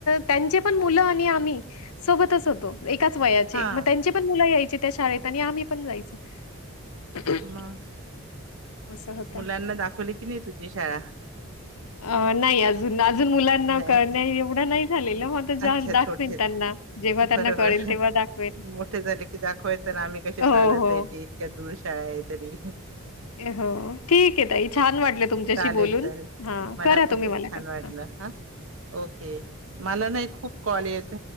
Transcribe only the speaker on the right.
हा
मग
मुलांना दाखवली की नाही तुझी शाळा
नाही
अच्छा
छोटे
बरोबर
मोठे झाले की दाखवायच ना आम्ही कसे
चालत
जायचे इतक्या दूर शाळा आहे तरी ह
चालेल
चालेल
पण
खूप
छान
वाटलं हा ओके मला नाही खूप कॉल येत